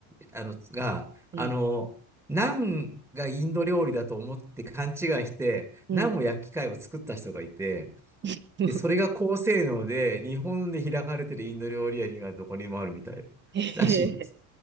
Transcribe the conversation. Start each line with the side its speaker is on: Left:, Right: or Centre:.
Centre: あの、が、あの、
Right: うん。
Centre: ナンがインド料理だと思って勘違いして、
Right: うん。
Centre: ナンを焼き貝を作った人がいて、
Right: <laughs>
Centre: で、それが高性能で、日本で開かれてるインド料理屋にはどこにもあるみたいらしいんです。
Right: へえ。